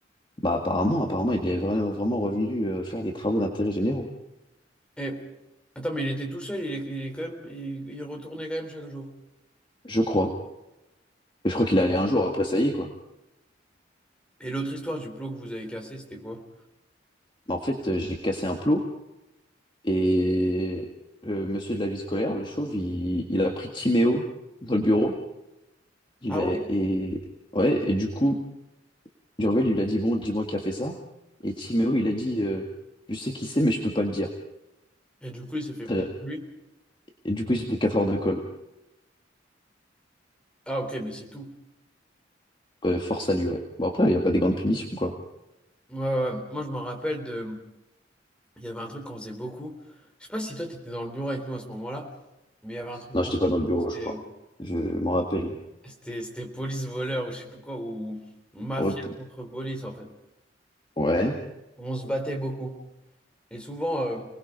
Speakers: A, on the left; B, in the centre.
A: Bah, apparemment, apparemment, il est vraiment, vraiment revenu euh, faire les travaux d'intérêt généraux.
B: Et... Attends, mais il était tout seul, il est, il est quand même, il, il retournait quand même chaque jour.
A: Je crois. Et
B: Ok.
A: je crois qu'il allait un jour, après, ça y est, quoi.
B: Et l'autre histoire du plot que vous avez cassé, c'était quoi?
A: Mais en fait, euh, j'ai cassé un plot. Et euh, monsieur de la vie scolaire, le chauve, il, il a pris Timéo dans le bureau. Il
B: Ah
A: est,
B: oui.
A: et, ouais, et du coup, Durvel, il lui a dit, bon, dis-moi qui a fait ça. Et Timéo, il a dit, euh, je sais qui c'est, mais je peux pas le dire.
B: Et du coup, il s'est fait
A: Très-
B: punir lui.
A: Et du coup, il s'est pris 4 heures de colle.
B: Ah ok, mais c'est tout.
A: Euh, force à lui, ouais. Bon, après, il n'y a pas des grandes punitions, quoi.
B: Ouais, ouais. ouais. Moi, je me rappelle de. Il y avait un truc qu'on faisait beaucoup. Je sais pas si toi, t'étais dans le bureau avec nous à ce moment-là, mais il y avait un truc
A: Non,
B: qu'on
A: j'étais
B: faisait
A: pas dans
B: beaucoup,
A: le bureau,
B: c'était
A: je crois. Je m'en rappelle.
B: c'était- c'était police-voleur ou je sais plus quoi, ou mafia
A: Hop.
B: contre police en fait.
A: Ouais,
B: On se battait beaucoup. Et souvent, euh,